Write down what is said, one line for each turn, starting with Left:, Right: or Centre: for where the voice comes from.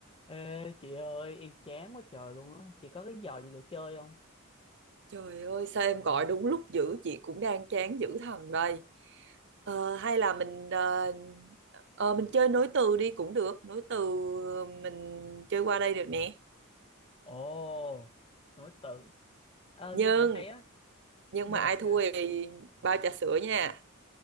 Left: Ê chị ơi em chán quá trời luôn á Chị có cái trò gì để chơi không
Right: Trời ơi sao em gọi đúng lúc dữ chị cũng đang chán dữ thần đây Ờ, hay là mình ờ, ờ, mình chơi nối từ đi cũng được nối từ ờ, mình chơi qua đây được nè
Left: Ồ Nối tự Ờ
Right: nhưng
Left: nghe cũng hay á
Right: nhưng
Left: Nhưng
Right: mà ai
Left: mà sao
Right: thua thì bao trà sữa nha